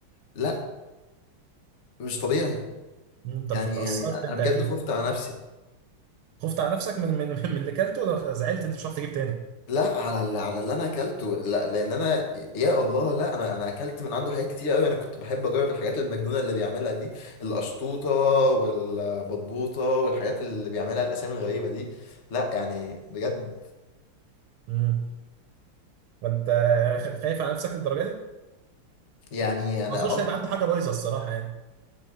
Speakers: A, on the left; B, on the right.
A: لا مش طبيعي
B: انت
A: يعني
B: ت- اتاثرت
A: يعني انا
B: انت
A: بجد
B: اكيد
A: خفت على نفسي
B: خفت على نفسك من من, <laughs> من اللي كلته ولا زعلت انت مش هتعرف تجيب تاني
A: لا على اللي على اللي انا اكلته لا لان انا يا الله لا انا انا اكلت من عنده حاجات كتير قوي انا كنت بحب اجرب الحاجات المجنونه اللي بيعملها دي القشطوطه والبطبوطه والحاجات اللي بيعملها الاسامي الغريبه دي لا يعني بجد
B: امم فانت خ- خايف على نفسك للدرجه دي
A: يعني انا
B: ما اظنش
A: اه
B: ان يبقى عنده حاجه بايظه الصراحه يعني